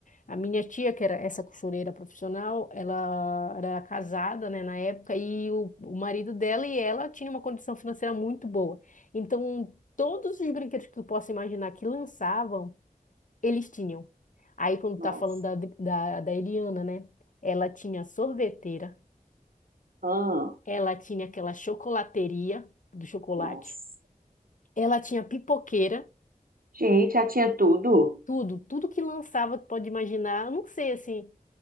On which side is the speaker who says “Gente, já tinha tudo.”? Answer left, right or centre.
Right